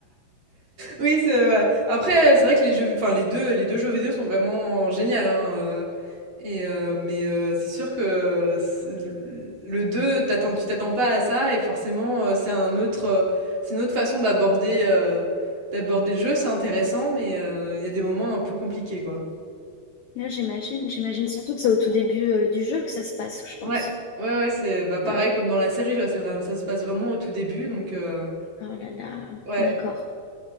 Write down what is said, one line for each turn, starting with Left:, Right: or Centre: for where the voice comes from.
Right: Oui, c'est ouais. Après, c'est vrai que les jeux, enfin les deux, les deux jeux vidéo sont vraiment géniaux, hein. euh, et euh, mais euh, c'est sûr que c'est- le 2, t'attends, tu t'attends pas à ça, et forcément, euh, c'est un autre, euh, c'est une autre façon d'aborder, euh, d'aborder le jeu. C'est intéressant, mais euh, il y a des moments un peu compliqués, quoi.
Left: Ouais, j'imagine, j'imagine surtout que c'est au tout début euh, du jeu que ça se passe, je pense.
Right: Ouais, ouais, ouais, c'est bah pareil
Left: Ouais.
Right: comme dans la série, tu vois, c'est vrai, ça se passe vraiment au tout début, donc euh,
Left: Oh là là,
Right: ouais.
Left: d'accord.